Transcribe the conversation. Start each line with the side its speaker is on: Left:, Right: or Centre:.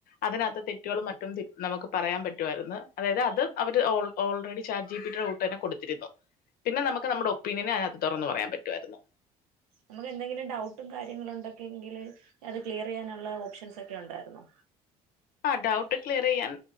Left: അതിനകത്ത് തെറ്റുകളും മറ്റ.. റ്റും നമുക്ക് പറയാൻ പറ്റുമായിരുന്നു അതായത് അത് അവര് ഓൾറെഡി ചാറ്റ് ജി പി റൊ.. തന്നെ കൊടുത്തിരുന്നു പിന്നെ നമുക്ക് നമ്മുടെ ഒപ്പീനിയന് അതിനകത്ത് തുറന്ന് പറയാൻ പറ്റുയായിരുന്നു.
Right: സൂ നമുക്ക് എന്തെങ്കിലും ഡൗട്ടും കാര്യങ്ങളും ഉണ്ടൊക്കെങ്കില് അത് ക്ലിയർയ്യാനുള്ള ഓപ്ഷൻസ് ഒക്കെ ഉണ്ടായിരുന്നോ.
Left: ആ ഡൗട്ട് ക്ലിയർ ചെയ്യാൻ്